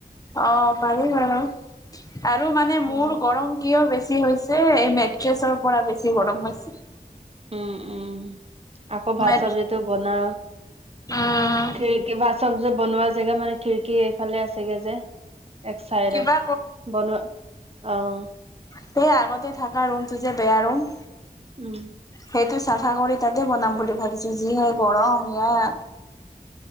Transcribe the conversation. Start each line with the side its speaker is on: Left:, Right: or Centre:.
Left: অ' পাৰি বাৰু, আৰু মানে
Right: উম
Left: মোৰ গৰম কিয় বেছি হৈছে এই মেট্ৰেছৰ পৰা বেছি গৰম হৈছে।
Right: উম, উম আকৌ ভাত
Left: মেট
Right: চব্জিটো বনা।
Left: উম
Right: খিৰিকী বা চব যে বনোৱা জেগা মানে খিৰিকী এইফালে আছেগে যে? এক চাইডত
Left: কিবা
Right: বনোৱা, অ'।
Left: সে আগতে থাকা ৰুমটো যে বেয়া ৰুম
Right: উম।
Left: সেইটো চাফা কৰি তাতে বনাম বুলি ভাবিছো, যি হে গৰম ইয়াত।